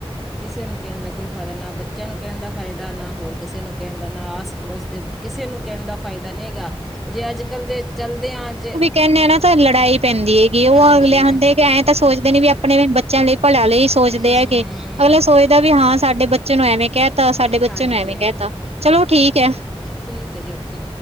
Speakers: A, in the centre; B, on the right (about 80°).
A: ਕਿਸੇ ਨੂੰ ਕਹਿਣ ਦਾ ਕੋਈ ਫਾਇਦਾ, ਨਾ ਬੱਚਿਆਂ ਨੂੰ ਕਹਿਣ ਦਾ ਫਾਇਦਾ, ਨਾ ਹੋਰ ਕਿਸੇ ਨੂੰ ਕਹਿਣ ਦਾ, ਨਾ ਆਸ- ਪੜੋਸ ਦੇ ਕਿਸੇ ਨੂੰ ਕਹਿਣ ਦਾ ਫਾਇਦਾ ਨਹੀਂ ਹੈਗਾ, ਜੇ ਅੱਜ ਕੱਲ ਜੇ ਚੱਲਦੇ ਹਾਂ ਜੇ
B: ਕਹਿੰਦੇ ਆ ਨਾ ਤਾਂ ਲੜਾਈ ਪੈਂਦੀ ਹੈਗੀ ਐਂ, ਉਹ
A: ਹਾਂਜੀ
B: ਅਗਲੇਿ ਹੁੰਦੇ ਐਏਂ ਤਾਂ ਸੋਚਦੇ ਨੇ ਵੀ ਆਪਣੇ ਬੱਚਿਆਂ ਲਈ ਭਲਾ ਲਈ। ਸੋਚਦੇ
A: ਹੂੰ
B: ਹੈ ਕੀ ਅਗਲੇ ਸੋਚਦਾ ਵੀ ਹਾਂ ਸਾਡੇ ਬੱਚੇ ਨੂੰ ਐਵੇਂ ਕਹਿ- ਤਾਂ, ਸਾਡੇ ਬੱਚੇ
A: ਹਾਂਜੀ
B: ਨੂੰ ਐਵੇਂ ਕਹਿ ਤਾ ਚਲੋ ਠੀਕ ਹੈ।
A: ਠੀਕ ਹੈ ਜੀ, ਓਕੇ।